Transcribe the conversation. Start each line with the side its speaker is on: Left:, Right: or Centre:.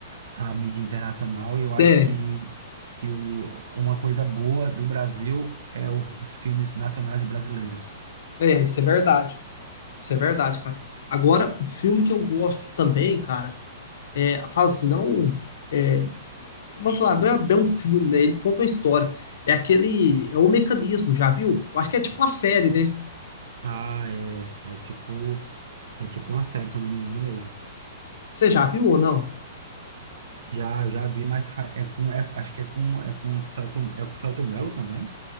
Right: a mídia internacional. E eu acho
Left: é,
Right: que que o, uma coisa boa do Brasil é o- os filmes nacionais brasileiros.
Left: é, isso é verdade. Isso é verdade, cara. Agora, um filme que eu gosto também, cara, é, fala assim, não, é, vamos falar, não é bem um filme, né? Ele conta uma história. É aquele, é o Mecanismo, já viu? Eu acho que é tipo uma série, né?
Right: Ah, é, é tipo, é tipo uma série, se eu não me engano mesmo.
Left: Você já viu ou não?
Right: Já, eu já vi, mas fa- é com, é- acho que é com, é com o Celto, é com o Celto Mello também,